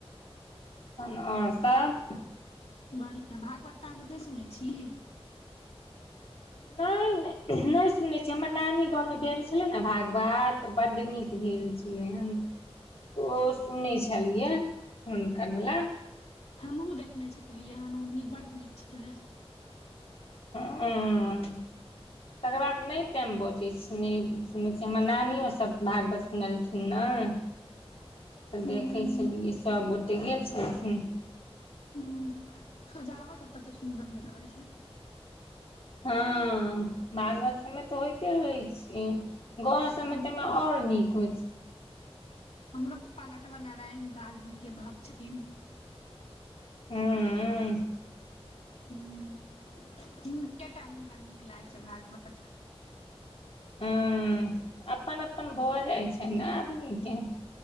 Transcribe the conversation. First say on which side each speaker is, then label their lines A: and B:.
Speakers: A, on the left (about 60°); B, on the left (about 85°).
A: तहन और सब
B: बढ़िआँ भागवत तागवत नय सुनै छी
A: नै ने नै सुनय छि हमर नानी गाँव में भेल छलै ने भागवत बड़ नीक भेल ल्य हन तऽ ओ सुनै छलियै हुनकर बला
B: हमहुँ देखने छलियै हेन बड़ नीक छलै
A: आं तकर बाद नय टाइम बचै छै नय सुनैत छी हमर नानियो सब भागवत सुनलखिन न तऽ
B: हूँ
A: देखै छलियै सब गोटे गेल छलखिन
B: हूँ सजावट सब कते सुंदर होइत रहै छै
A: हँ बागवत सबमे तऽ होइते रहै छी गाँव सबमे
B: हमरो
A: तैमे
B: तऽ
A: और नीक होइ छै
B: हमरो पप्पा नटवर नारायण दास जी के भक्त छथिन
A: हूंम्म
B: हूंम्म हुनके टा हुनका नीक लागै छै भागवत
A: हूंम्म अपन अपन भऽ जाइ छै ने आदमीके